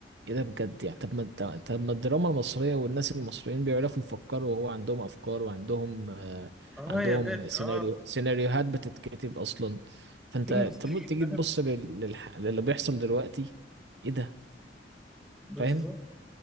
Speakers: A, on the right; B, in the centre.
A: ايه ده بجد يعني طب ما انت- طب ما الدراما المصرية والناس المصريين بيعرفوا يفكروا وهو عندهم افكار وعندهم آه
B: اه
A: عندهم
B: يا باشا
A: سيناريو
B: اه
A: سيناريوهات بتتكتب اصلا فانت
B: في ممثلين
A: طب تيجي
B: فاهم
A: تبص لل... للح... للي بيحصل دلوقتي ايه ده
B: بالظبط
A: فاهم